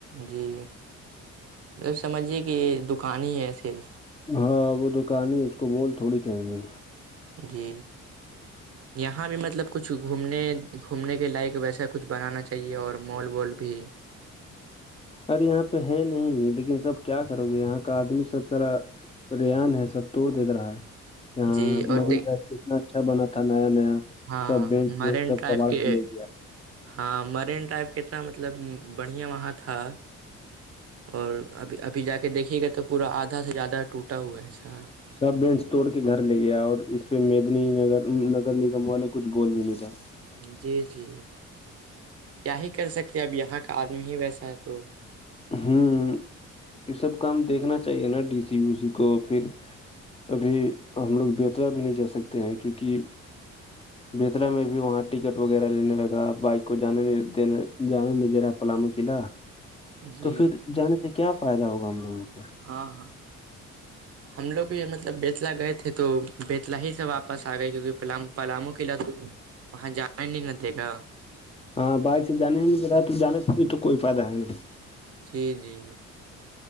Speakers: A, on the right; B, on the left.
A: جی مطب سمجھیے کہ دکان ہی ہے صرف
B: ہاں وہ دکان ہی اس کو مول تھوڑی کہیں گے
A: جی یہاں بھی مطلب کچھ گھومنے گھومنے کے لائق ویسا کچھ بنانا چاہیے اور مال و بھی
B: ارے یہاں پہ ہے نہیں لیکن سب کیا کرو گے یہاں کا آدمی سب سرا ریان ہے سب توڑ دے رہا ہے یہاں
A: جی اور
B: مرین ڈائی کتنا اچھا بنا تھا نیا نیا
A: ہاں
B: سب بینچ
A: مرین
B: وینچ سب
A: ٹرائب
B: کباڑ
A: کے
B: لے گیا
A: ہاں مرین ٹرائب کے مطلب بڑھیا وہاں تھا اور ابھی ابھی جا کے دیکھیے گا تو پورا آدھا سے زیادہ ٹوٹا ہوا ہے سہارا
B: سب بینچ توڑ کے گھر لے گیا اور اس پہ مدنی نگر کم والے کچھ بول بھی نہیں رہے
A: جی جی کیا ہی کر سکتے ہیں اب یہاں کا آدمی ہی ویسا ہے تو
B: ہوں یہ سب کام دیکھنا چاہیے نا ڈی سی او سی کو پھر ابھی ہم لوگ بہترا بھی نہیں جا سکتے ہیں کیونکہ بیترا میں بھی وہاں ٹکٹ وغیرہ لینے لگا بائک کو جانے دینے جانے نہیں دے رہا پلام قلعہ
A: جی
B: تو پھر جانے سے کیا فائدہ ہوگا ہم لوگوں کو
A: ہاں ہاں ہم لوگ بھی مطلب بیتلا گئے تھے تو بیتلا ہی سے واپس آ گئے کیونکہ پلام پلامو قلعت وہاں جانا نہیں ن دے گا
B: ہاں بائک سے جانے ہی رہا ہے تو جانے سے بھی تو کوئی فائدہ ہے نہیں
A: جی جی